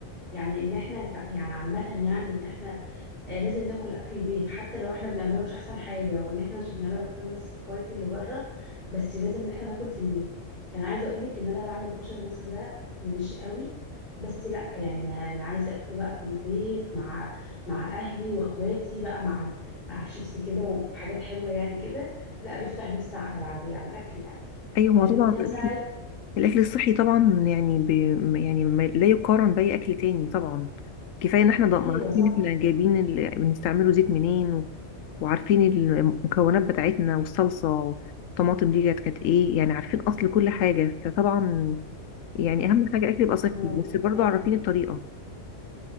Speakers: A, on the left; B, on the left.
A: يعني ان احنا ك- يعني عامه يعني ان احنا آه، لازم ناكل اكل البيت حتى لو احنا بنعمله مش احسن حاجه وان احنا مش بنعمله نفس الكواليتي اللي بره بس لازم ان احنا ناكل في البيت يعني عايزه اقول لك ان انا بعمل كشري مصر ده مش قوي بس لا يعني انا انا عايزه اكله بقى في البيت مع مع اهلي واخواتي بقى مع مع الشيبس كده وحاجات حلوه يعني كده لا بيفتح نفسي على على على الاكل يعني
B: ايوه ما
A: آه،
B: هو
A: فما
B: طبعا
A: انت مثلا
B: الاكل
A: عايزه
B: الأكل الصحي طبعا يعني ب... يعني ما- لا يقارن باي اكل تاني طبعا كفايه ان احنا ض-
A: <laughs>
B: عارفين
A: ايوه صح
B: احنا جايبين ال... بنستعمله زيت منين وعارفين المكونات بتاعتنا والصلصة والطماطم دي كانت كانت ايه يعني عارفين اصل كل حاجة فطبعا يعني اهم حاجة الاكل يبقى صحي
A: ونظافه
B: بس برضو
A: كمان.
B: عارفين الطريقة